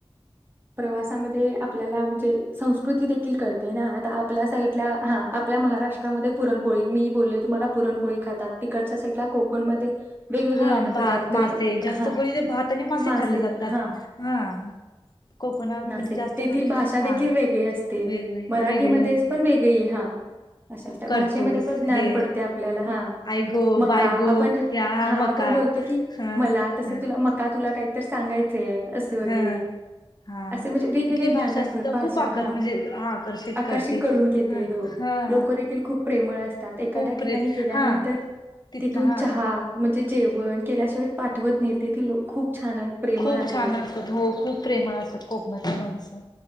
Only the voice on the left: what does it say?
हा
भात
मासे जास्त
करून ते भात आणि
खाल्ले जातात.
हा कोकणात
म्हणजे जास्त
करून
हा
वेगळे
वेगळे असते.
करतूस
हे
आई गो
बाय गो
या
मका
हा
हा
हा हा
तिथली
भाषा सुद्धा
खूप आकत
म्हणजे हा
करते.
हा
हा
खूप प्रे
हा तिथलं
हा
खूप
छान असतात हो खूप प्रे प्रेमळ असतात कोकणातील माणसं